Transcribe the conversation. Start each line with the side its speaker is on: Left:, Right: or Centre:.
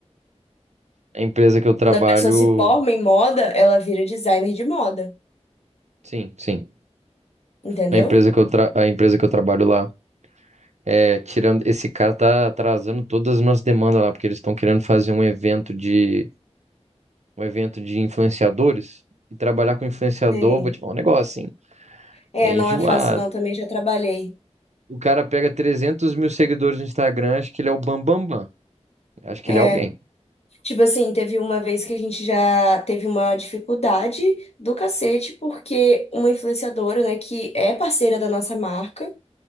Right: A empresa que eu trabalho.
Left: Quando a pessoa se forma em moda, ela vira designer de moda,
Right: Sim, sim.
Left: entendeu?
Right: A empresa que eu, tra... a empresa que eu trabalho lá é tirando. Esse cara tá atrasando todas as nossas demandas lá, porque eles estão querendo fazer um evento de um evento de influenciadores. E trabalhar com influenciador,
Left: Sei.
Right: vou te falar um negócio, assim.
Left: É,
Right: É
Left: não
Right: enjoado.
Left: é fácil não, também já trabalhei.
Right: O cara pega 300 mil seguidores no Instagram, acho que ele é o Bambambam. Bam, Bam. Bam. Acho que
Left: É,
Right: ele é alguém.
Left: tipo assim, teve uma vez que a gente já teve uma dificuldade do cacete, porque uma influenciadora, né, que é parceira da nossa marca,